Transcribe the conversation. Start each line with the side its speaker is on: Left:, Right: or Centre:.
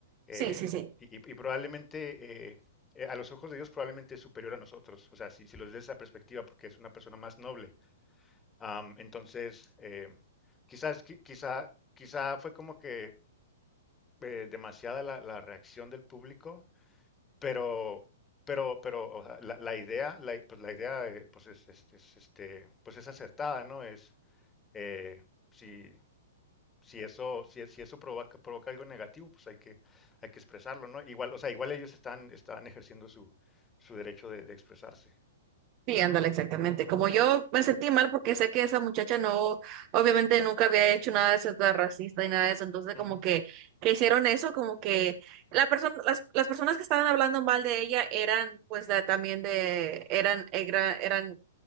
Left: eh,
Right: sí, sí, sí.
Left: y, y- y probablemente, eh, eh, a los ojos de Dios, probablemente es superior a nosotros. O sea, si, si los ves de esa perspectiva, porque es una persona más noble. Am, entonces, eh, quizás, qui- quizá, quizá fue como que eh, demasiada la, la reacción del público, pero... Pero, pero o sea, la, la idea, la, pues la idea, eh, pues es, es- es, este, pues es acertada, ¿no? Es, eh, si, si eso, si, si eso provoca, provoca algo negativo, pues hay que, hay que expresarlo, ¿no? Igual, o sea, igual ellos están, están ejerciendo su, su derecho de, de expresarse.
Right: Sí, ándale, exactamente. Como yo me sentí mal porque sé que esa muchacha no, obviamente nunca había hecho nada de ser tan racista y nada de eso, entonces
Left: Ujú.
Right: como que, que hicieron eso, como que la persona, las, las personas que estaban hablando mal de ella eran pues de- también de, eran, era- eran